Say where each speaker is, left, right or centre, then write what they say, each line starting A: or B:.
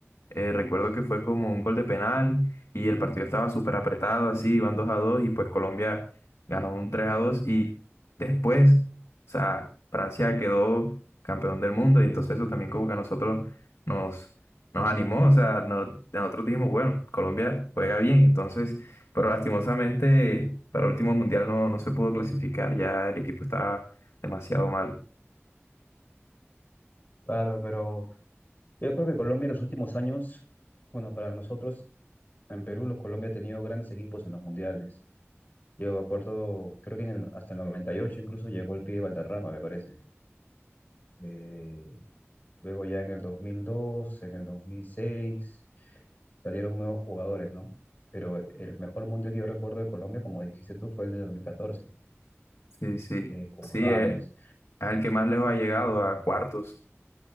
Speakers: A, on the left; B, on the left.
A: Eh, recuerdo que fue como un gol de penal y el partido estaba súper apretado, así, iban 2 a 2 y pues Colombia ganó un 3 a 2 y después, o sea, Francia quedó campeón del mundo y entonces eso también como que a nosotros nos, nos animó, o sea, nos- nosotros dijimos, bueno, Colombia juega bien, entonces, pero lastimosamente para el último mundial no, no se pudo clasificar, ya el equipo estaba demasiado mal.
B: Claro, pero yo creo que Colombia en los últimos años, bueno, para nosotros en Perú, los Colombia ha tenido grandes equipos en los mundiales. Yo me acuerdo, creo que en el- hasta el 98 incluso llegó el pibe Valderrama, me parece. Eh, luego ya en el 2002 en el 2006 salieron nuevos jugadores, ¿no? Pero el mejor mundial que yo recuerdo de Colombia, como dijiste tú, fue el de dos mil catorce
A: Sí, sí,
B: eh, con
A: sí,
B: James.
A: eh, es el que más lejos ha llegado a cuartos.